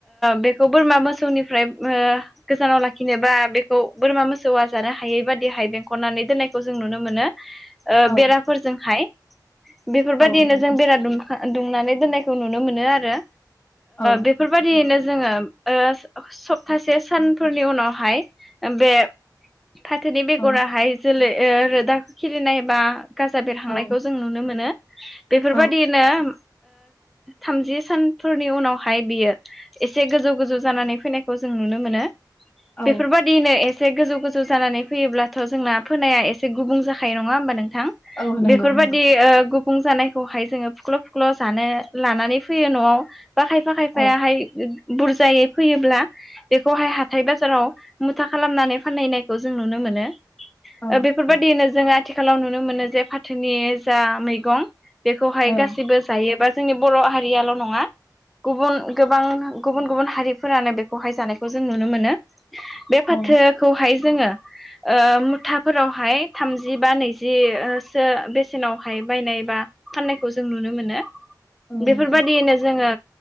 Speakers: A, in the centre; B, on the left.
A: बेखौ बोरमा मोसौनिफ्राय गोजानाव लाखि लाखिनोबा बेखौ बोरमा मोसौआ जानो हायै बादिहाय बेंखननानै दोननायखौ जों नुनो मोनो
B: औ
A: बेराफोरजोंहाय बेफोरबायदियैनो
B: औ नंगौ
A: जों बेरा दुम दुंनानै दोननायखौ नुनो मोनो आरो
B: औ
A: बेफोरबायदियैनो जोङो सप्तासे सानफोरनि उनावहाय बे फाथोनि बेगराहाय
B: औ
A: जोलै रोदा खिलिनाय बा गाजा बेरहांनायखौ
B: औ
A: जों नु नुनो मोनो बेफोरबायदि
B: औ
A: नो थामजि सानफोरनि उनावहाय बियो एसे गोजौ गोजौ जानानै फैनायखौ जों नुनो मोनो
B: औ
A: बेफोरबायदि दिनो एसे गोजौ गोजौ जानानै फैयोब्लाथ' जोंना फोनाया एसे गुबुं जाखायो नङा होमबा नोंथां
B: औ नंगौ
A: बेफोरबायदि
B: नंगौ
A: गुबुं जानायखौहाय जोङो फुख्ल' फुख्ल' जानो लानानै फैयो न'वाव बा खायफा खायफायाहाय
B: औ
A: बुरजायै फैयोब्ला बेखौहाय हाथाय बाजाराव मुथा खालामनानै फाननाय नायखौ जों नुनो मोनो
B: औ
A: ओ बेफोरबायदियैनो
B: औ
A: जों आथिखालाव नुनो मोनो जे फाथोनि जा मैगं बेखौहाय
B: औ
A: गासैबो जायोबा जोंनि बर' हारियाल' नङा गुबुन गोबां गुबुन गुबुन हारिफोरानो बेखौहाय जानायखौ जों नुनो मोनो बे
B: औ
A: फाथोखौहाय जोङो ओ मुथाफोरावहाय थामजि बा नैजिसो बेसेनावहाय बायनाय बा फाननायखौ जों नुनो मोनो
B: औ
A: बेफोरबायदियैनो
B: नंगौ
A: जोङो